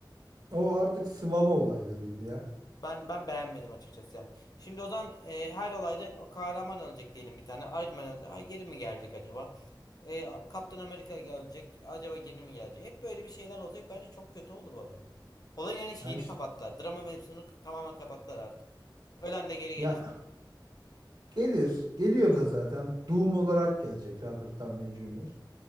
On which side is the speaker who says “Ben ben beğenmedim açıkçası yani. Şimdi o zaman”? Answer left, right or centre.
Left